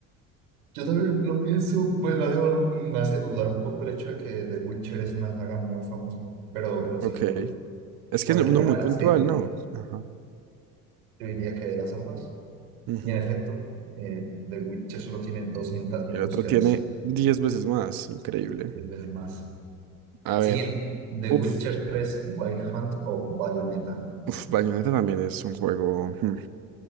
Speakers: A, on the right; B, on the right.
A: yo también lo pienso, pues me hace, me hace dudar un poco el hecho de que The Witcher es una saga muy famosa. Pero, pero
B: Ok.
A: sí, yo creo-
B: Es
A: por
B: que es
A: el
B: uno
A: tema
B: muy
A: de
B: puntual,
A: la serie,
B: ¿no? Ajá.
A: yo diría que de las sofás.
B: Ujú.
A: Y en efecto, eh, The Witcher solo tiene doscientas mil
B: El
A: búsquedas,
B: otro tiene 10 veces más, increíble.
A: es veces más.
B: A
A: Siguiente,
B: ver.
A: The
B: Uf.
A: Witcher tres Wild Hunt o Bayonetta,
B: Uf, Bayonetta también es un juego. hmm.